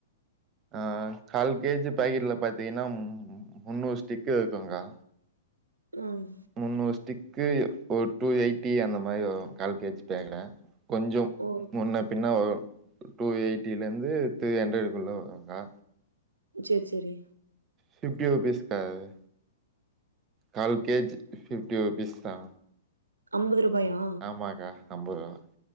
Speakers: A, on the right; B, on the right.
A: ஆ கால் கே ஜி பாக்கெட்ல பாத்தீங்கனா முந்நூறு ஸ்டிக்கு இருக்குங்கா
B: ம்
A: முந்நூறு ஸ்டிக்கு ஒரு டூ எயிட்டி அந்த மாரி வரு கால் கே ஜி பேக்குல கொஞ்சோ
B: ஓ
A: முன்ன பின்ன வரு டூ எயிட்டிலருந்து த்ரீ அண்ரடுக்குள்ள வருக்கா
B: செர் செரீ
A: பிஃப்டி ருபீஸ் கா அது கால் கே ஜி ஃபிப்டி ருபீஸ் தா
B: அம்பது ருபாயா
A: ஆமாக்கா அம்பது ருவா